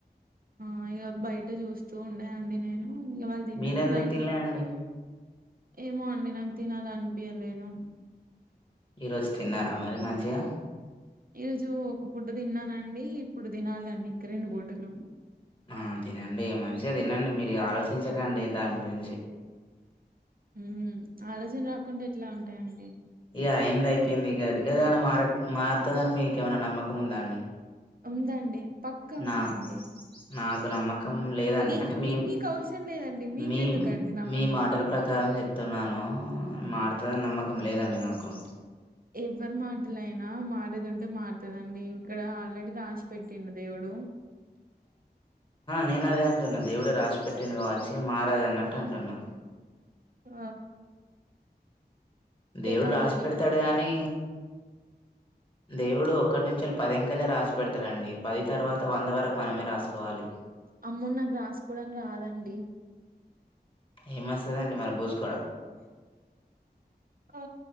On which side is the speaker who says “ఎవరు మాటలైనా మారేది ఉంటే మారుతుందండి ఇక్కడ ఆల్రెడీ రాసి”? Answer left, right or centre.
Right